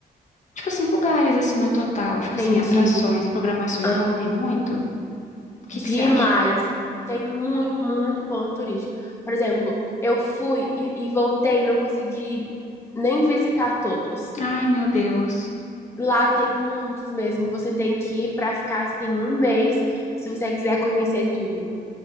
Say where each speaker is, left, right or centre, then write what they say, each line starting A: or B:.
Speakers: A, on the left; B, on the left.
A: tipo assim, lugares assim no total, tipo
B: Entendi.
A: assim, atrações, programações,
B: Aham.
A: lá tem muito. O que
B: Demais.
A: que você acha?
B: Tem muito, muito ponto turístico. Por exemplo, eu fui e, e voltei, não consegui nem visitar todos.
A: Ai, meu Deus.
B: Lá tem muitos mesmo. Você tem que ir para ficar assim um mês, se você quiser conhecer tudo.